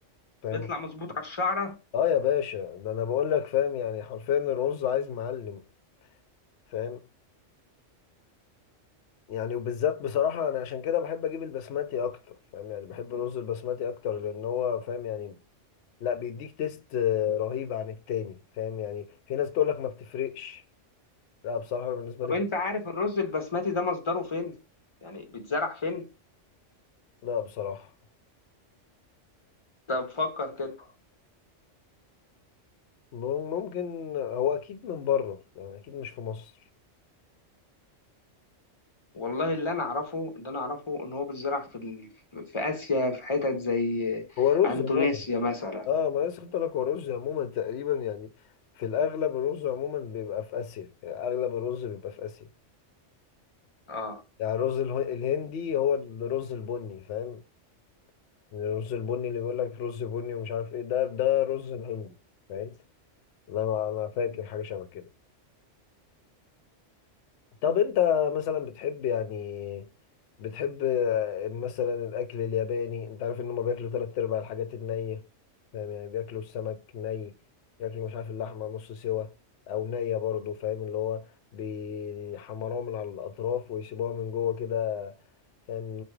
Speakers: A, on the left; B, on the left.
A: فاهم
B: بيطلع مظبوط على الشعره
A: اه يا باشا ده انا بقول لك فاهم يعني حرفيا الرز عايز معلم فاهم يعني وبالذات بصراحة انا عشان كده بحب اجيب البسماتي اكتر فاهم يعني بحب الرز البسماتي اكتر لان هو فاهم يعني لا بيديك تيست آه، رهيب عن التاني فاهم يعني في ناس تقول لك ما بتفرقش لا بصراحة بالنسبة
B: طب
A: لي
B: انت عارف الرز البسمتي ده مصدره فين يعني بيتزرع فين
A: لا بصراحة
B: طب فكر كده
A: ممكن هو اكيد من بره يعني اكيد مش في مصر
B: والله اللي انا اعرفه اللي انا اعرفه ان هو بيتزرع في ال... في اسيا في حتت زي
A: هو رز
B: اندونيسيا
A: عموما
B: مثلا
A: اه ما أنا لسه كنت أقول لك هو الرز عموما تقريبا يعني في الاغلب الرز عموما بيبقى في اسيا يعني اغلب الرز بيبقى في اسيا
B: اه
A: يعني الرز اله- الهندي هو الرز البني فاهم يعني الرز البني اللي بيقول لك رز بني ومش عارف ايه ده ده رز الهندي فاهم انا انا فاكر حاجه شبه كده طب انت مثلا بتحب يعني بتحب آه، مثلا الاكل الياباني انت عارف ان هم بياكلوا تلات ارباع الحاجات النية فاهم يعني بياكلوا السمك ني ياكلوا مش عارف اللحمة نص سوا او نية برضو فاهم اللي هو بيحمروها من على الاطراف ويسيبوها من جوه كده فاهم